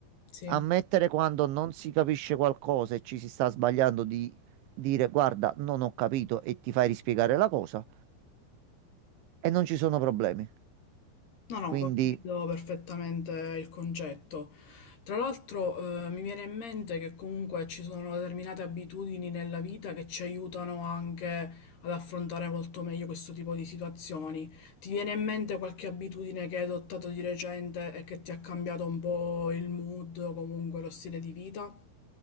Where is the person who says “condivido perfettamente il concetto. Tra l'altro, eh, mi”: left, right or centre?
Left